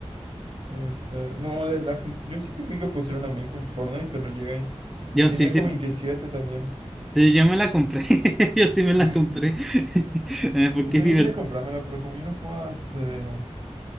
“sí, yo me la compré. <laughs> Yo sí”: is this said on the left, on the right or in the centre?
Centre